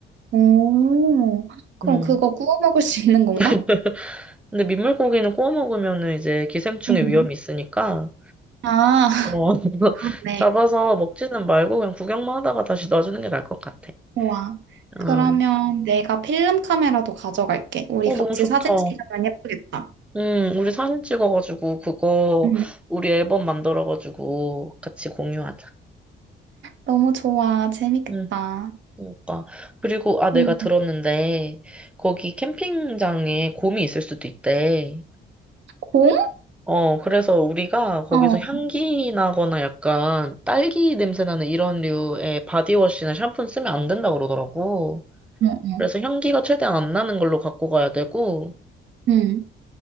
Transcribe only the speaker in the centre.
음.
<laughs> 근데 민물고기는 구워 먹으면 이제 기생충의
위험이 있으니까,
어, <laughs>
잡아서 먹지는 말고 그냥 구경만 하다가 다시 놔주는 게 나을 것 같아.
어,
어,
너무 좋다.
응 우리 사진 찍어가지고, 그거,
우리 앨범 만들어가지고, 같이 공유하자.
응, 그러니까. 그리고, 아, 내가
들었는데, 거기 캠핑장에 곰이 있을 수도 있대.
어, 그래서 우리가 거기서
향기 나거나 약간 딸기 냄새 나는 이런 류의 바디워시나 샴푸는 쓰면 안 된다 그러더라고.
그래서 향기가 최대한 안 나는 걸로 갖고 가야 되고,